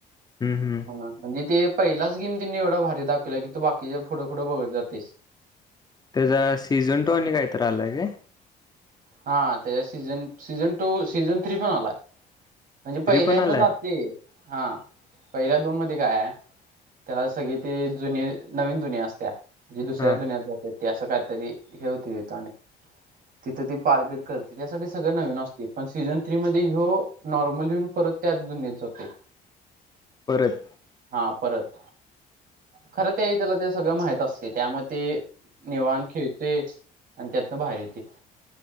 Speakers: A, on the left; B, on the right.
A: हम्, हम
B: म्हणजे ते पहिलाच गेम त्यांिनी एवढा भारी दाखवला की तू बाकीच्या फुढं फुढं बघत जातेय.
A: त्याचा सीझन टु आणि कायतरआलाय काय
B: हा त्याच्या season season two season three पण आलाय म्हणजे पहिल्यांदा
A: थ्री पण आलाय
B: जाते हा पहिल्या दोन मध्ये काय आहे. त्याला सगळी त जुन नवीन जुन्या असत्या जे दुसऱ्या
A: हा
B: दुन्यात जातात ते असं काहीतरी हे होते तथं अक तिथं ती पारबीर करते त्यासाठी सगळं नवीन असते पण सीझन थ्री मध्ये हो नॉर्मलन परत त्याच गुन्यात जतेे
A: परत
B: हा परत खरं त्यावेळी त्याला ते सगळं माहत असतय,, त्यामुळ ते निवात खेळतय आणि त्यातनं बाहेर येतय